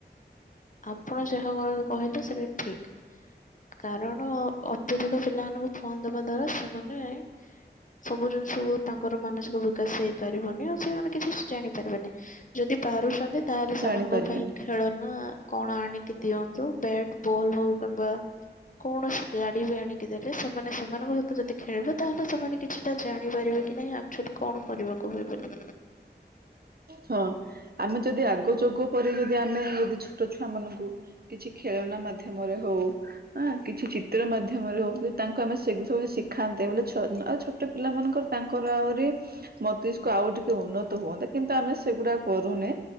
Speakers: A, on the left; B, on the right.
A: ଆପଣ ଯାହା କ କହିଲେ ସେଟା ଠିକ୍। କାରଣ ଅତ୍ୟଧିକ ପିଲାମାନଙ୍କୁ ଫୋନ ଦେବା ଦ୍ଵାରା ସେମାନେ ସବୁ ଜିନିଷ ହଉ ତାଙ୍କର ମାନସିକ ବିକାଶ ହେଇପାରିବନି, ଆଉ ସେମାନେ କିଛି ଜାଣିପାରିବେନି। ଯଦି ପାରୁଛନ୍ତି, ତାହେଲେ ସେମାନଙ୍କ
B: ଜାଣିପାରିବେନି।
A: ପାଇଁ ଖେଳନା କଣ ଆଣିକି ଦିଅନ୍ତୁ, ବ୍ୟାଟ ବଲ୍ ହଉ କିମ୍ବା କୌଣସି ଗାଡି ବି ଆଣିକି ଦେଲେ, ସେମାନେ ସେମାନଙ୍କ ସହିତ ଯଦି ଖେଳିବେ ତାହେଲେ ସେମାନେ କି ଛିଟା ଜାଣିପାରିବେ କି ନାହିଁ ଆକ୍ଚୁଆଲି କଣ କରିବାକୁ ହେବନି।
B: ହଁ ଆମେ ଯଦି ଆଗ ଯୁଗ ପରି ଯଦି ଆମେ <unintelligible> ଛୋଟ ଛୁଆ ମାନଙ୍କୁ କିଛି ଖେଳନା ମାଧ୍ୟମରେ ହଉ, କିଛି ଚିତ୍ର ମାଧ୍ୟ ମରେ ହଉ କି ତାଙ୍କୁ ଆମେ ସେ ସବୁ ଶିଖାନ୍ତେ, ହେଲେ ଛୋ ଉଁ ଆଉ ଛୋଟ ପିଲାମାନଙ୍କର ତାଙ୍କର ଆହୁରି ମସ୍ତିଷ୍କ ଆଉ ଟି କେ ଉନ୍ନତ ହୁଅନ୍ତା, କିନ୍ତୁ ଆମେ ସେଗୁଡା କରୁନେ।